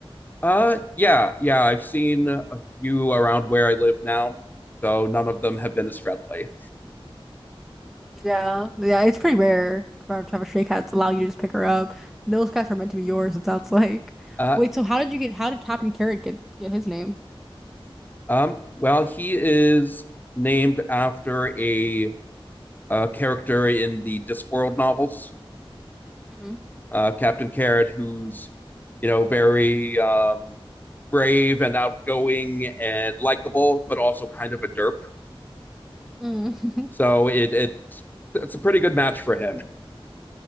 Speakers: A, on the left (about 20°); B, in the centre.
A: uh, yeah, yeah, I've seen a few around where I live now, though none of them have been as friendly.
B: Yeah. Yeah, it's pretty rare for to have a stray cat to allow you to just pick her up. Those cats are meant to be yours, it sounds like.
A: Uh,
B: Wait, so how did you get how did Captain Carrot get get his name?
A: Um, well, he is named after a, uh character in the Discworld novels,
B: hmm
A: uh, Captain Carrot, who's, you know, very um, brave and outgoing and likable, but also kind of a derp.
B: Mm.
A: So it, it it's a pretty good match for him.